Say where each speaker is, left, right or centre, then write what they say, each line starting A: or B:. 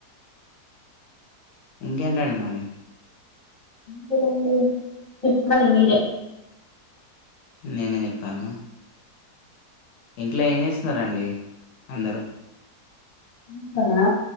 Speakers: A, on the left; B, on the left.
A: ఇంకేంటండి మరి
B: కదండీ చెప్పాలి మీరే
A: నేనే చెప్పాలా ఇంట్లో ఏం చేస్తున్నారా అండి అందరూ
B: ఇంట్లోనా